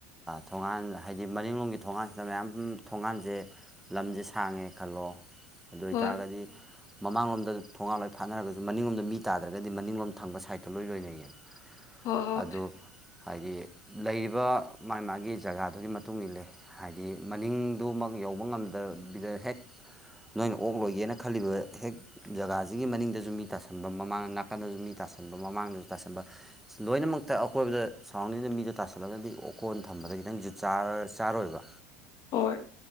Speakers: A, in the centre; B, on the left.
A: ꯊꯣꯡꯒꯥꯟ ꯍꯥꯏꯗꯤ ꯃꯅꯤꯡꯡꯂꯣꯝꯒꯤ ꯊꯣꯡꯒꯥꯟꯁꯤꯗ ꯃꯌꯥꯝ ꯊꯣꯡꯒꯥꯟꯁꯦ ꯂꯝꯁꯦ ꯁꯥꯡꯉꯦ ꯈꯜꯂꯣ ꯑꯗꯨ ꯑꯣꯏꯇꯥꯔꯒꯗꯤ
B: ꯍꯣꯏ ꯍꯣꯏ
A: ꯃꯃꯥꯡꯂꯣꯝꯗ ꯊꯣꯉꯥ ꯂꯣꯏ ꯐꯥꯅꯔꯒꯁꯨ ꯃꯅꯤꯡꯂꯣꯝꯗ ꯃꯤ ꯇꯥꯗ꯭ꯔꯒꯗꯤ ꯃꯅꯤꯡꯂꯝ ꯊꯪꯕ ꯁꯥꯏꯠꯇꯇ ꯂꯣꯏ ꯂꯣꯏꯅꯩꯌꯦꯕ
B: ꯍꯣꯏ
A: ꯑꯗꯨ
B: ꯍꯣꯏ
A: ꯍꯥꯏꯗꯤ ꯂꯩꯔꯤꯕ ꯃꯥꯥꯏ ꯃꯥꯒꯤ ꯖꯒꯥꯗꯨꯒꯤ ꯃꯇꯨꯡ ꯏꯜꯂꯦ ꯍꯥꯏꯗꯤ ꯃꯅꯤꯡꯗꯨꯃꯛ ꯌꯧꯕ ꯉꯝꯗꯕꯤꯗ ꯍꯦꯛ ꯅꯣꯏꯅ ꯑꯣꯛ ꯂꯣꯏꯒꯦꯅ ꯈꯜꯂꯤꯕ ꯍꯦꯛ ꯖꯒꯥꯁꯤꯒꯤ ꯃꯅꯤꯡꯗꯁꯨ ꯃꯤ ꯇꯥꯁꯟꯕ ꯃꯃꯥꯡ ꯅꯥꯀꯟꯗꯁꯨ ꯃꯤ ꯇꯥꯁꯟꯕ ꯃꯃꯥꯡꯗꯁꯨ ꯇꯥꯁꯟꯕ ꯂꯣꯏꯅꯃꯛꯇ ꯑꯀꯣꯏꯕꯗ ꯁꯔꯥꯎꯟꯗꯤꯡꯗ ꯃꯤꯗꯣ ꯇꯥꯁꯜꯂꯒꯗꯤ ꯎꯀꯣꯟ ꯊꯝꯕꯗ ꯈꯤꯇꯪꯁꯨ ꯆꯥꯔꯣꯏꯕ
B: ꯍꯣꯏ